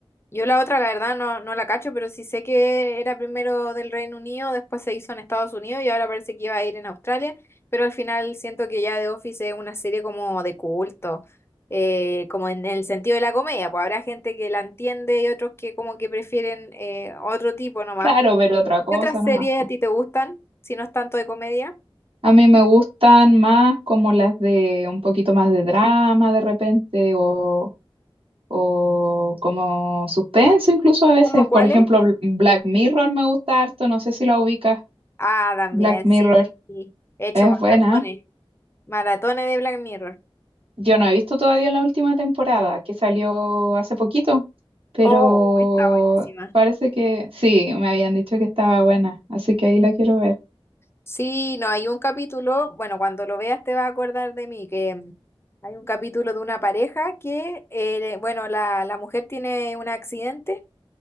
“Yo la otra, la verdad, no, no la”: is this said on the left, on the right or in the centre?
Left